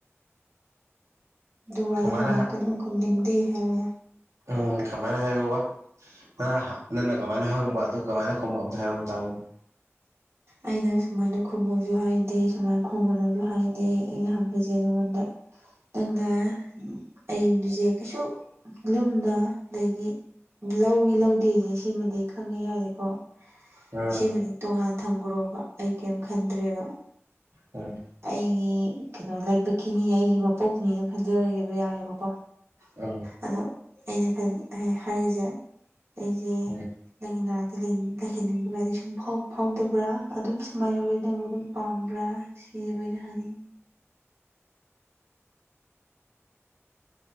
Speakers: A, on the right; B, on the right.
A: ꯑꯗꯣ ꯋꯇꯣꯗꯣ
B: ꯀꯃꯥꯏꯅ
A: ꯍꯪꯉꯛꯀꯅꯣ ꯈꯨꯝꯅꯤꯪꯇꯦ ꯍꯨꯔꯤ ꯌꯥꯔꯦ
B: ꯎꯟ ꯀꯃꯥꯏꯅ ꯍꯥꯏꯌꯨꯕ ꯅꯪꯟꯅ ꯀꯃꯥꯏꯅ ꯍꯪꯕ ꯑꯗꯨ ꯀꯃꯥꯏꯅ ꯈꯪꯕ ꯑꯝꯇ ꯍꯥꯏꯔꯨꯥꯔꯦ
A: ꯑꯩꯅ ꯁꯨꯃꯥꯏꯅ ꯈꯨꯝꯃꯁꯨ ꯍꯥꯏꯗꯦ ꯁꯨꯃꯥꯏꯅ ꯈꯨꯝꯒꯅꯨ ꯁꯨ ꯍꯥꯏꯗꯦ ꯑꯩꯅ ꯍꯪꯕꯁꯦ ꯉꯣꯟꯗ ꯅꯪꯅ ꯑꯩꯒꯤꯁꯦ ꯀꯩꯁꯨ ꯂꯨꯝꯗ ꯂꯩꯒꯤ ꯂꯧꯏ ꯂꯧꯗꯦꯁꯦ ꯁꯤꯃꯗꯤ ꯈꯪꯉꯦ ꯌꯥꯎꯁꯦꯀꯣ
B: ꯎꯝ
A: ꯁꯤꯃꯗꯤ ꯇꯣꯉꯥꯟꯅ ꯊꯝꯈ꯭ꯔꯣꯕ ꯑꯩ ꯀꯦꯝ ꯈꯟꯗ꯭ꯔꯦꯕ
B: ꯎꯝ
A: ꯑꯩꯒꯤ ꯀꯩꯅꯣ ꯂꯥꯏꯕꯛꯀꯤꯅꯤ ꯑꯩꯒꯤ ꯃꯄꯣꯛꯀꯤꯅꯤ ꯑꯗꯨꯝ ꯈꯟꯖꯔꯒꯦꯕ ꯌꯥꯑꯦꯕꯀꯣ
B: ꯎꯝ
A: ꯑꯗꯣ ꯑꯩꯅ ꯈꯟ ꯍꯥꯏꯔꯤꯁꯦ ꯑꯩꯁꯦ
B: ꯎꯝ
A: ꯅꯪꯒꯤ ꯅꯥꯛꯇ ꯂꯩꯍꯟꯅꯤꯡꯕꯒꯗꯤ ꯁꯨꯝ ꯐꯥꯎꯗꯕ꯭ꯔꯥ ꯑꯗꯨꯝ ꯁꯨꯃꯥꯏꯅ ꯂꯣꯏꯅꯕ ꯑꯗꯨꯝ ꯄꯥꯝꯕ ꯕ꯭ꯔꯥ ꯁꯤꯕꯅ ꯍꯥꯟꯅꯤ